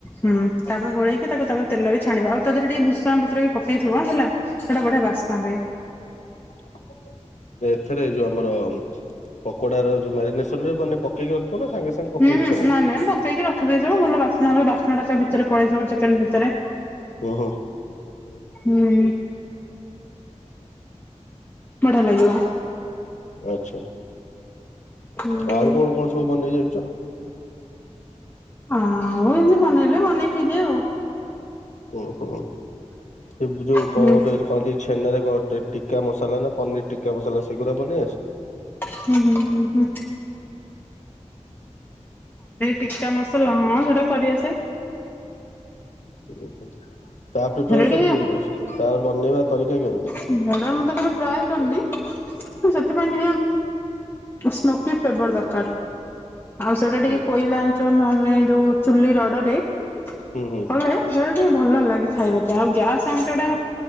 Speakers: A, on the left (about 15°); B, on the left (about 75°).
A: ହୁଁ ତାପରେ ଗୋଳେଇକି ତାକୁ, ତାପରେ ତେଲରେ ଛାଣିବା, ଆଉ ତା ଦେହରେ ଟିକେ ଭୁଷଣ ପତ୍ର ବି ପକେଇଥିବ ଅ ହେଲା। ସେଟା ବଢିଆ ବାସ୍ନା ହୁଏ।
B: <inaudible> ଏଥରେ ଯୋଉ ଆମର ପକୋଡ ର ଯୋଉ ମ୍ୟାରିନେସନରେ, ମାନେ ପକେଇକି ରଖିବ ନା, ସାଙ୍ଗେ ସାଙ୍ଗେ ପକେଇକି
A: ହୁଁ ହୁଁ
B: ଛାଣିବ?
A: ନା ନଁ ମ୍ କ। ପ୍ରିଜ୍ ରେ ରଖିଦେଇଥିବ ଭଲ ବାସ୍ନା ହୁଏ, ବାସ୍ନା ଟା ସେ ଭିତରେ ପଳେଇଥିବ ଚିକେନ ଭିତରେ।
B: ଓହୋ।
A: ହୁଁ ବଢିଆ ଲାଗିବ।
B: ଆଚ୍ଛା।
A: ହୁଁ
B: ଆଉ କଣ, କଣ ସବୁ ବନେଇ ଜାଣିଛ।
A: ଆଆଉଉ ଏମିତି ବନେଇଲେ, ବନେଇ ହେଇ ଯାଏ ଆଉ।
B: ଉମ ହୁଁ। ସେ ଯୋଉ
A: ହୁଁ
B: କଣ ଗୋଟେ କହନ୍ତି, ଛେନାରେ କଣ ଟି ଟିକା ମସଲା ନା ପନିର୍ ଟିକା ମସଲା, ସେଗୁଡାକ ବନେଇ ଆସେ।
A: ହୁଁ ହୁଁ ହୁଁ। ଟିକା ମସଲା ହଁ ସେଇଟା ସରିଆସେ।
B: ଓହୋ ତା ପ୍ରିପାରେସନ
A: ହେରା ଟିକେ
B: କେମିତି, ତାର ବନେଇବା ତରିକା କେମିତି?
A: ସାଧାରଣତଃ ତ କେବେ ଟ୍ରାଏ କରିନି, ଉ ସେଥିପାଇଁ ଟିକେ ସ୍ମୋକି ଫେବର ଦରକାର। ଆଉ ସେଇଟା ଟିକେ
B: ହୁଁ ହୁଁ
A: କୋଇଲା ଆଞ୍ଚ, ନହଲେ ଯୋଉ ଚୁଲି ରଢ଼ ରେ କଲେ
B: ହୁଁ ହୁଁ
A: ସେଇଟା ଟିକେ ଭଲ ଲାଗେ, ଖାଇବା ପାଇଁ ଆଉ ଗ୍ୟାସ୍ ଆଞ୍ଚ ଟା